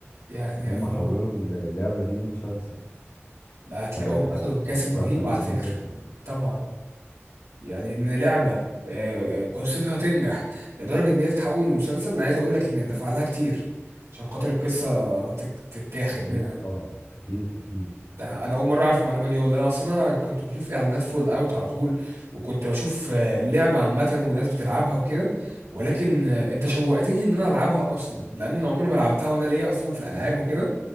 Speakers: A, on the right; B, on the left.
A: يعني
B: ان هم
A: الله
B: حولوا اللعبة دي لمسلسل
A: لا هتلاقيهم
B: فكان
A: اخدوا مكاسب
B: مسلسل
A: رهيبة على
B: جميل
A: فكرة
B: جدا
A: طبعا يعني ان لعبة آه، آه، قصتها تنجح لدرجة ان هي تتحول لمسلسل انا عايز اقول لك ان اتدفع لها كتير عشان خاطر القصة تت- تتاخد
B: اكيد
A: منها
B: طبعا اكيد اكيد
A: ده انا اول مرة اعرف المعلومة دي والله اصلا انا كنت بشوف اعلانات فول اوت على طول وكنت بشوف آه، اللعبة عامة والناس بتلعبها وكده ولكن آه، انت شوقتني ان انا العبها اصلا لان انا عمري ما لعبتها وانا ليا اصلا في الالعاب وكده